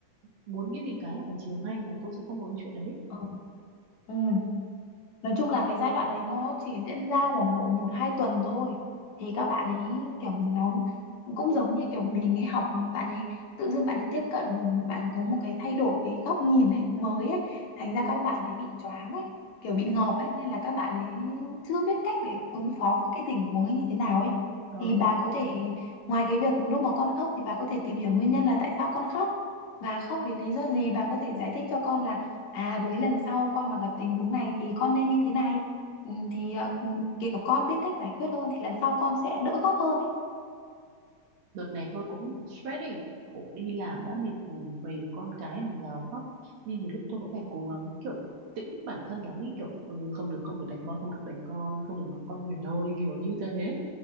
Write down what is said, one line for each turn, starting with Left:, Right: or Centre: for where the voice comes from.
Right: muốn cái gì cái là phải chiều ngay và tôi sẽ không có cái chuyện đấy.
Left: ừ ừ. nói chung là cái giai đoạn đấy nó chỉ diễn ra khoảng độ một hai tuần thôi thì các bạn ấy kiểu nó cũng giống như kiểu mình ấy học bạn ấy tự dưng bạn ấy tiếp cận bạn có một cái thay đổi cái góc nhìn ấy mới ấy thành ra các bạn ấy bị choáng ấy kiểu bị ngợp ấy nên là các bạn ấy chưa biết cách để ứng phó với cái tình huống ấy như thế nào ấy
Right: Ừ.
Left: thì bà có thể ngoài cái việc lúc mà con khóc thì bà có thể tìm hiểu nguyên nhân là tại sao con khóc và khóc vì lý do gì bà có thể giải thích cho con là à với lần sau con mà gặp tình huống này thì con nên như thế này ừ, thì ờ, ừ, kiểu con biết cách giải quyết hơn thì lần sau con sẽ đỡ khóc hơn đấy
Right: đợt này tôi cũng stress ý cậu đi làm đã mệt
Left: Ừ.
Right: rồi về con cái thì gào khóc nhưng nhiều lúc tôi cũng phải cố gắng kiểu tĩnh bản thân lắm ý kiểu ừ, không được không được đánh con không được đánh con không được mắng con Huyền ơi kiểu như thế